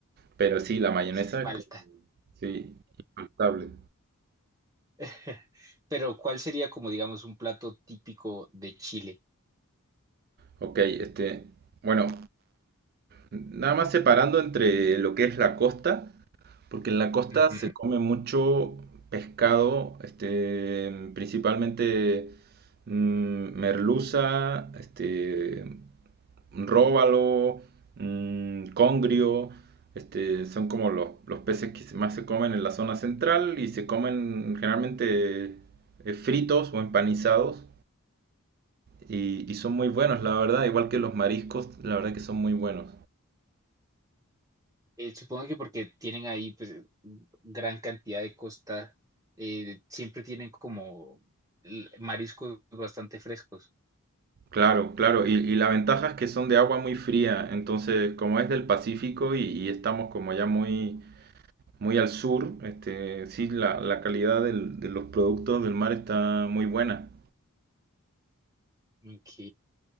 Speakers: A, on the right; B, on the right.
A: Pero sí, la mayonesa
B: pues, falta.
A: sí, infaltable.
B: <laughs> Pero ¿cuál sería como digamos un plato típico de Chile?
A: Ok, este, bueno, Nada más separando entre lo que es la costa, porque en la costa
B: Ujú.
A: se come mucho pescado, este, principalmente mm, merluza, este, róbalo, mm, congrio, este, son como los, los peces que se- más se comen en la zona central y se comen generalmente eh, fritos o empanizados y, y son muy buenos, la verdad, igual que los mariscos, la verdad que son muy buenos.
B: Eh, supongo que porque tienen ahí pues gran cantidad de costa, eh, siempre tienen como l- mariscos bastante frescos.
A: Claro, claro. Y, y la ventaja es que son de agua muy fría. Entonces, como es del Pacífico y, y estamos como ya muy, muy al sur, este, sí, la, la calidad del- de los productos del mar está muy buena.
B: Ok,